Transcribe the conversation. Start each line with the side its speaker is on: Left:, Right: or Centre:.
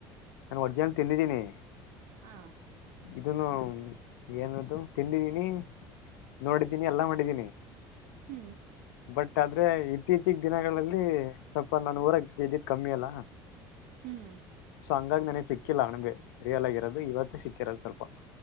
Left: ನಾನ್ ವರ್ಜಿನಲ್ ತಿಂದಿದ್ದೀನಿ.
Right: ಹಾ
Left: ಇದನ್ನು ಏನದು ತಿಂದಿದೀನಿ ನೋಡಿದೀನಿ ಎಲ್ಲಾ ಮಾಡಿದೀನಿ.
Right: ಹ್ಮ್
Left: ಬಟ್ ಅದ್ ಅಂದ್ರೆ ಇತ್ತೀಚಿಗ್ ದಿನಗಳಲ್ಲಿ ಸ್ವಲ್ಪ ನಾನೂರಾಗ್ ಇದ್ದಿದ್ ಕಮ್ಮಿ ಅಲ್ಲ.
Right: ಹ್ಮ್
Left: ಸೊ ಹಂಗಾಗಿ ನನಗೆ ಸಿಕ್ಕಿಲ್ಲ ಅಣಬೆ ರಿಯಲ್ ಆಗಿರೋದು ಇವತ್ತು ಸಿಕ್ಕಿರೋದು ಸ್ವಲ್ಪ.